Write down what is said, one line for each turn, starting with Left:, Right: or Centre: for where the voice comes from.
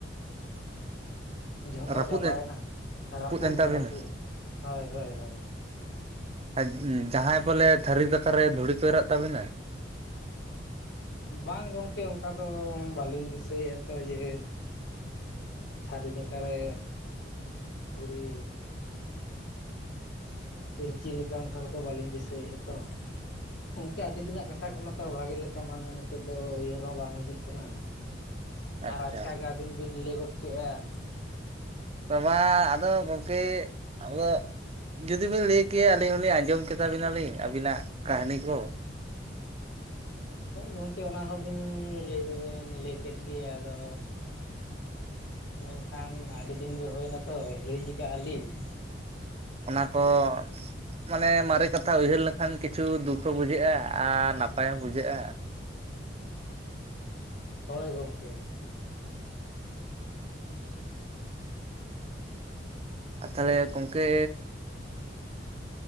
Left: ᱡᱷᱚᱛᱚ
Right: ᱨᱟᱹᱯᱩᱫ
Left: ᱪᱟᱵᱟᱭᱮᱱᱟ
Right: ᱮ
Left: ᱨᱟᱹᱯᱩᱫ
Right: ᱮᱱ
Left: ᱮᱱᱟ
Right: ᱛᱟᱵᱤᱱᱟ
Left: ᱨᱟᱹᱯᱩᱫ, ᱦᱳᱭ ᱦᱳᱭ ᱦᱳᱭ ᱾
Right: ᱟᱨ ᱡᱟᱦᱟᱸᱭ ᱯᱟᱞᱮ ᱛᱷᱟᱹᱨᱤ ᱫᱟᱠᱟ ᱨᱮ ᱫᱷᱩᱲᱤ ᱠᱚ ᱮᱨᱟᱜ ᱛᱟᱵᱤᱱᱟ?
Left: ᱵᱟᱝ ᱜᱚᱢᱠᱮ ᱚᱱᱠᱟ ᱫᱚ ᱵᱟᱹᱞᱤᱧ ᱫᱤᱥᱟᱹᱭᱮᱫ-ᱟ ᱛᱚ ᱡᱮ ᱛᱷᱟᱹᱨᱤ ᱫᱟᱠᱟ ᱨᱮ ᱫᱷᱩᱲᱤ ᱤᱨᱪᱤᱞ ᱞᱮᱠᱟ ᱚᱱᱠᱟ ᱠᱚᱫᱚ ᱵᱟᱹᱞᱤᱧ ᱫᱤᱥᱟᱹᱭᱮᱫ-ᱟ ᱛᱚ ᱾ ᱚᱱᱠᱟ ᱟᱹᱰᱤ ᱫᱤᱱᱟᱜ ᱠᱟᱛᱷᱟ ᱠᱟᱱᱟ ᱛᱚ ᱵᱷᱟᱜᱤ ᱞᱮᱠᱟ ᱢᱟᱱᱮ ᱱᱤᱛᱚᱜ ᱫᱚ ᱩᱭᱦᱟᱹᱨ ᱦᱚᱸ ᱵᱟᱝ ᱦᱤᱡᱩᱜ ᱠᱟᱱᱟ ᱾
Right: ᱟᱪᱪᱷᱟ
Left: ᱟᱨ ᱟᱪᱠᱟ ᱜᱮ ᱟᱹᱵᱤᱱ ᱵᱤᱱ ᱞᱟᱹᱭ ᱜᱚᱫ ᱠᱮᱜ-ᱟ ᱾
Right: ᱢᱟ ᱟᱫᱚ ᱜᱚᱢᱠᱮ ᱟᱫᱚ ᱡᱩᱫᱤᱵᱤᱱ ᱞᱟᱹᱭ ᱠᱮᱭᱟ ᱟᱹᱞᱤᱧ ᱦᱚᱞᱤᱧ ᱟᱸᱡᱚᱢ ᱠᱮᱛᱟ ᱵᱤᱱᱟᱞᱤᱧ ᱟᱹᱵᱤᱱᱟᱜ ᱠᱟᱹᱦᱱᱤ ᱠᱚ ᱾
Left: ᱦᱳᱭ ᱜᱚᱢᱠᱮ ᱚᱱᱟ ᱦᱚᱸᱵᱤᱱ ᱞᱟᱹᱭ ᱫᱚᱵᱤᱱ ᱞᱟᱹᱭ ᱠᱮᱫ ᱜᱮᱭᱟ ᱟᱫᱚ ᱢᱮᱱᱠᱷᱟᱱ ᱟᱹᱰᱤ ᱫᱤᱱ ᱜᱮ ᱦᱩᱭᱮᱱᱟᱛᱚ ᱦᱤᱲᱤᱧ ᱟᱠᱟᱜ-ᱟ ᱞᱤᱧ ᱾
Right: ᱚᱱᱟ ᱠᱚ ᱢᱟᱱᱮ ᱢᱟᱨᱮ ᱠᱟᱛᱷᱟ ᱩᱭᱦᱟᱹᱨ ᱞᱮᱠᱷᱟᱱ ᱠᱤᱪᱷᱩ ᱫᱩᱠ ᱦᱚᱸ ᱵᱩᱡᱷᱟᱹᱜ-ᱟ ᱟᱨ ᱱᱟᱯᱟᱭ ᱦᱚᱸ ᱵᱩᱡᱷᱟᱹᱜ-ᱟ ᱾
Left: ᱦᱳᱭ ᱜᱚᱢᱠᱮ ᱾
Right: ᱟᱨ ᱛᱟᱦᱚᱞᱮ ᱜᱚᱢᱠᱮ